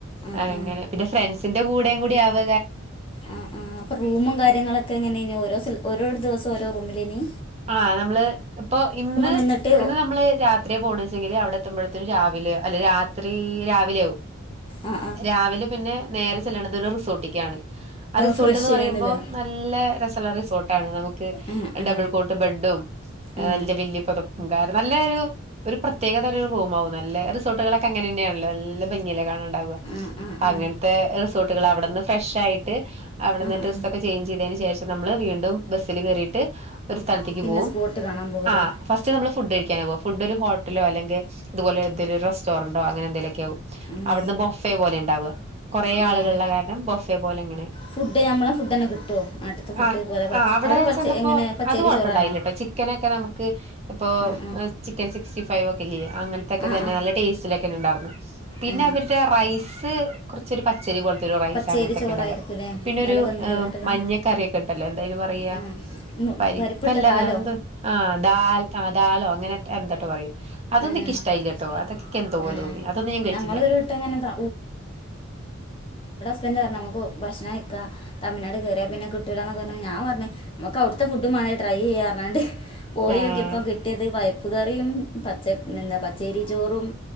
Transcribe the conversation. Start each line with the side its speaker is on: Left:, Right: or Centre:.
Left: ആ
Right: അങ്ങനെ
Left: ആ
Right: പിന്നെ ഫ്രണ്ട്സി കൂടെയും കൂടി അവ
Left: ആ ആ അപ്പൊ റൂമും കാര്യങ്ങളൊക്കെ എങ്ങനെനു ഓരോ സല ഓരോ ദിവസം ഓരോ റൂമിലെനി
Right: ആ് നമ്മള് ഇപ്പൊ ഇന്ന്
Left: നിന്നിട്ട്
Right: ഇന്ന് നമ്മള് രാത്രിയെ പോണ വച്ചെങ്കില് അവിടെ എത്തുമ്പോഴത്തും രാവിലെ അല്ല രാത്രി രാവിലെ ആവും
Left: ആ ആ
Right: രാവിലെ പിന്നെ നേരെ ചെല്ലണതോര് റിസോട്ടിക്കാണ് ആ റിസോർട്ട്ന്ന്
Left: ഫ്രഷ് ചെയ്യാനല്ലേ
Right: പറയുമ്പോ നല്ല രസള്ള റിസോർട്ടാണ് നമുക്ക്
Left: ആ ആ
Right: ഡബിൾ
Left: ആ
Right: ബെഡ്ഡും
Left: ആ
Right: വല്യ വല്യ പൊതപ്പും കാർ നല്ല ഒരു ഒരു പ്രത്യേക തരം ഒരു റൂംമാവും നല്ല അത് സ് റിസോർട്ടുകളൊക്കെ അങ്ങനെ തന്നെയാണല്ലോ നല്ല ഭംഗിയല്ലെ കാണാണ്ടാവുക
Left: ആ ആ
Right: അങ്ങനത്തെ റിസോർട്ടുകൾ അവിടെന്ന് ഫ്രഷ് ആയിട്ട് അവിടുന്ന്
Left: ആ
Right: ഡ്രസ്സൊക്കെ
Left: ആ
Right: ചേഞ്ച് ചെയ്തതിന് ശേഷം നമ്മള് വീണ്ടും ബസ്സിൽ കറിയിട്ട് ഒരു സ്ഥലത്തേക്ക്
Left: പിന്നെ
Right: പോവും
Left: സ്പോട്ട് കാണാൻ പോവൂലേ
Right: ആ ഫസ്റ്റ് നമ്മൾ ഫുഡ് കഴിക്കാന പോവും ഫുഡ് ഒരു ഹോട്ടലോ അല്ലെങ്കിൽ ഇതുപോലെ റെസ്റ്റോറന്റോ അങ്ങനെ ലക്ക ആവും
Left: ഉം
Right: അവിടുന്ന് ബൊഫെ പോലെ ഉണ്ടാവുക കുറെേ
Left: ഉം
Right: ആളുകളുടെ കാരണം ബൊഫെ പോലെ ഇങ്ങനെ
Left: ഫുഡ് നമ്മളെ ഫുഡ് തന്നെ കിട്ടുമോ നാട്ടിലത്തെ ഫുഡ്
Right: ആ
Left: പോലെ പച്ച
Right: അവിടെ
Left: പച്ച
Right: ചെന്നപ്പോ
Left: എങ്ങനെ പച്ചേരി
Right: അത് കുഴപ്പണ്ടായില്ലട്ടോ
Left: ചോറാണോ
Right: ചിക്കനൊക്കെ നമുക്ക് ഇപ്പോ
Left: ആ ആ
Right: ചിക്കൻ സിക്സ്റ്റി സ്റ്റിഫൈവകല്ലിയേ അങ്ങനതൊക്കെ
Left: ആ
Right: തന്നെ
Left: ആ
Right: നല്ല ടേസ്റ്റ്ലിക്കെ ഒക്കനെ ഉണ്ടായിരുന്നു പിന്നെ
Left: ആ.
Right: അവരുടെ റൈസ് കു ചെരി പച്ചരി പോലേ റൈസ്
Left: പച്ചേരി
Right: അങ്ങനത്തൊക്കെ
Left: ചോറായിരിക്കും
Right: ഉണ്ടല്ലോ
Left: അല്ലേ
Right: പിന്നെ
Left: നല്ല
Right: ഒരു
Left: വെന്ത് കണ്ടിരിക്കണ
Right: മഞ്ഞക്കറിയൊക്കെ ഇട്ടല്ലോ എന്താ അതിനു പറയാ
Left: ആ ഉം, പരിപ്പിട്ടതാലോ
Right: ഇപ്പല്ല വേറെന്തും ആ ആ ദാല് അങ്ങനെതെ എന്ത പറ അതൊന്നിക്ക
Left: ആഹ്
Right: ഇഷ്ടായില്ല കേട്ടോ അതൊക്കെ എന്തോ പോലെ തോന്നി അതൊന്നും ഞാൻ കഴിച്ചില്ല
Left: ഞങ്ങളൊരു വട്ടം അങ്ങനെ ഹസ്ബെൻറ് പറാ നമുക്ക് ഭക്ഷണം കഴിക്ക തിഴ്നാട് കയറിയാ പിന്നെ കിട്ടില്ലെന്ന്‌ പറഞ്ഞ ഞാ പറഞ്ഞഞ് നമുക്ക് അവിടുത്തെ ഫുഡുംമാണല്ലോ ട്രൈ ചെയ്യാ പറഞ്ഞാണ്ട് പോയൊക്കിയപ്പോ
Right: ആഹ്
Left: കിട്ടത് വായ പ്പുകറിയും പച്ച എന്താ പച്ചേരി ചോറും